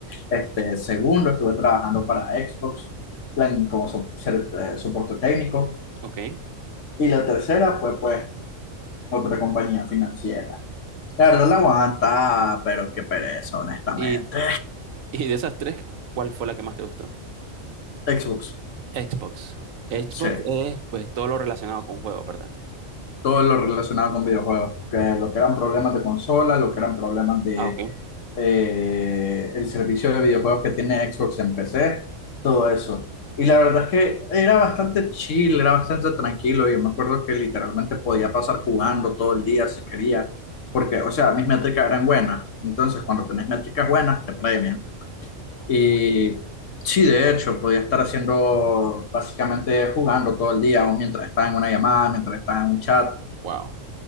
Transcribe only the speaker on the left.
Este, segundo, estuve trabajando para Xbox, plan como so- ser- eh, soporte técnico.
Y la tercera fue, pues, otra compañía financiera. La verdad la aguanta, pero qué pereza, honestamente.
Xbox,
sí.
todo lo relacionado con videojuegos, que lo que eran problemas de consola, lo que eran problemas de
eh, el servicio de videojuegos que tiene Xbox en PC, todo eso. Y la verdad es que era bastante chill, era bastante tranquilo. Yo me acuerdo que literalmente podía pasar jugando todo el día si quería, porque, o sea, mis métricas eran buenas. Entonces, cuando tenés métricas buenas, te premian.
Y
sí, de hecho, podía estar haciendo, básicamente jugando todo el día, o mientras estaba en una llamada, mientras estaba en un chat